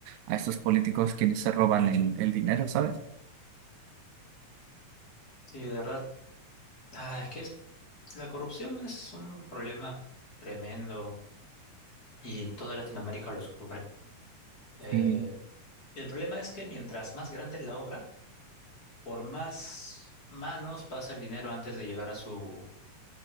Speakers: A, on the right (about 80°); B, on the left (about 30°).
A: a estos políticos quienes se roban el, el dinero, ¿sabes?
B: Y de verdad, ah, es que es- la corrupción es un problema tremendo y toda Latinoamérica lo sufre. Eh,
A: Sí,
B: el problema es que mientras más grande es la obra, por más manos pasa el dinero antes de llegar a su,